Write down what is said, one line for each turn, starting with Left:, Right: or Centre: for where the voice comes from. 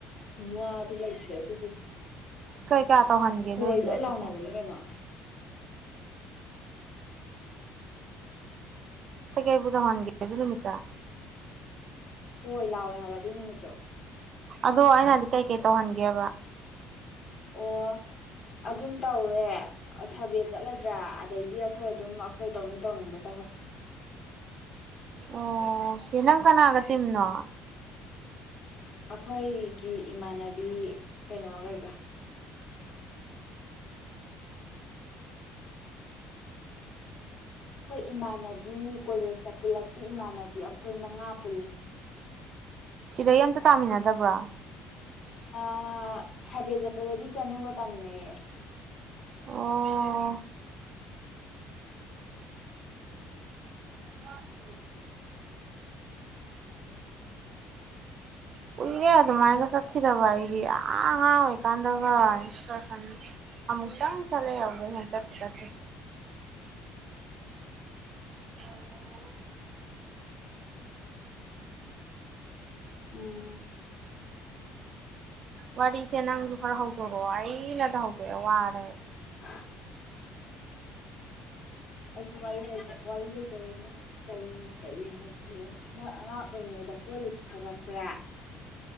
Left: ꯈꯨꯋꯥꯗꯤ ꯂꯩꯇ꯭ꯔꯦ ꯑꯗꯨꯒꯤ
Right: ꯀꯩꯀꯥ ꯇꯧꯍꯟꯒꯦ
Left: ꯍꯣꯏ
Right: ꯅꯣꯏꯒꯤꯗꯣ
Left: ꯂꯣꯏ
Right: ꯑꯗꯨꯗꯣ
Left: ꯂꯥꯎꯅꯕꯅꯤ ꯀꯩꯅꯣ
Right: ꯀꯩꯀꯩꯕꯨ ꯇꯧꯍꯟꯒꯦ ꯑꯗꯨ ꯅꯨꯃꯤꯠꯇ
Left: ꯍꯣꯏ ꯂꯥꯎꯋꯦ ꯍꯥꯏꯕ ꯑꯗꯨꯏ ꯅꯨꯃꯤꯠꯇꯣ
Right: ꯑꯗꯣ ꯑꯩꯅ ꯍꯥꯏꯗꯤ ꯀꯩꯀꯩ ꯇꯧꯍꯟꯒꯦꯕ
Left: ꯑꯣ ꯑꯗꯨꯝ ꯇꯧꯔ ꯇꯦ ꯁꯔꯚꯦ ꯆꯠꯂꯗ꯭ꯔꯥ ꯑꯗꯩꯗꯤ ꯑꯈꯣꯏ ꯑꯗꯨꯝ ꯑꯈꯣꯏ ꯇꯧꯅꯤꯡ ꯇꯧꯅꯤꯡꯕꯠ
Right: ꯑꯣ ꯀꯦ ꯅꯪ ꯀꯅꯥꯒ ꯇꯤꯝꯅꯣ
Left: <unintelligible> ꯑꯈꯣꯏꯒꯤ ꯏꯃꯥꯟꯅꯕꯤ ꯀꯩꯅꯣꯒꯩꯒ ꯈꯣꯏ ꯏꯃꯥꯟꯅꯕ ꯕꯤ ꯀꯣꯂꯦꯖ ꯇꯞ ꯄꯨꯜꯂꯛꯄꯤ ꯏꯃꯥꯟꯅꯕꯤ ꯑꯈꯣꯏ ꯃꯉꯥ ꯄꯨꯜꯂꯦ
Right: ꯁꯤꯗꯩ ꯑꯝꯇ ꯇꯥꯃꯤꯟꯅꯗꯕ꯭ꯔꯥ
Left: ꯑꯥ ꯁꯥꯕꯦ ꯆꯠꯄꯗꯗꯤ ꯆꯅꯨꯒ ꯇꯥꯃꯤꯟꯅꯩꯌꯦ
Right: ꯑꯣ <unintelligible> ꯀꯨꯏꯔꯦ ꯑꯗꯨꯃꯥꯏꯒ ꯆꯠꯈꯤꯗꯕ ꯑꯩꯗꯤ ꯑꯥ ꯑꯉꯥꯡ ꯑꯣꯏꯀꯥꯟꯗꯒ ꯑꯦꯛꯁꯀꯔꯁꯟ ꯑꯃꯨꯛꯇꯪ ꯆꯠꯂꯦ ꯑꯧꯗꯩ ꯍꯦꯟ ꯆꯠꯄꯨ ꯆꯠꯇꯔꯤ <unintelligible>
Left: ꯎꯝ
Right: ꯋꯥꯔꯤꯁꯦ ꯅꯪꯖꯨ ꯈꯔ ꯍꯧꯗꯣꯔꯛꯑꯣ ꯑꯩꯅꯗ ꯍꯧꯗꯣꯛꯑꯦ ꯋꯥꯔꯦ ꯑꯩ
Left: <unintelligible> ꯑꯩꯁꯨ ꯋꯥꯔꯤ ꯂꯩꯇ ꯋꯥꯔꯤ ꯂꯩꯇꯕꯩꯅꯦ ꯀꯩ ꯀꯩ ꯍꯥꯏꯖꯤꯒꯦ ꯅꯪ ꯑꯉꯥꯡ ꯑꯣꯏꯔꯤꯉꯩꯗ ꯍꯣꯔꯂꯤꯛꯁ ꯊꯛꯂꯛ ꯄꯔꯥ